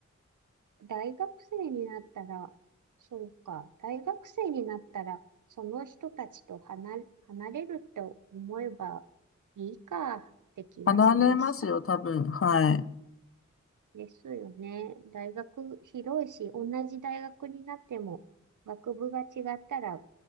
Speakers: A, on the right (about 80°); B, on the left (about 45°).
A: 大学生になったら、そうか、大学生になったら、その人たちと離れ、離れるって思えばいいかって気がしました。
B: 離れますよ、多分。はい。
A: ですよね。大学広いし、同じ大学になっても、学部が違ったら